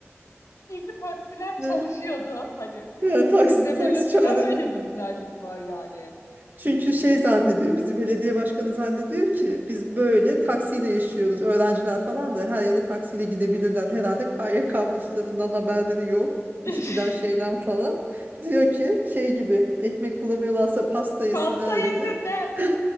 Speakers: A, on the left; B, on the right.
A: Çünkü taksiler
B: <laughs>
A: çalışıyordu. Hani
B: Ne? Ya, taksi,
A: sizde
B: taksi
A: de mesela
B: çağırınca.
A: öyle bir güzellik var yani.
B: Çünkü şey zannediyor bizi belediye başkanı zannediyor ki biz böyle taksiyle yaşıyoruz. Öğrenciler falan da her yere taksiyle gidebilirler. Herhalde KYK burslarından haberleri yok.
A: <laughs>
B: işçiden şeyden falan. Diyor ki şey gibi ekmek bulamıyorlarsa pasta yesinler
A: Pasta
B: gibi.
A: yesinler.
B: <laughs>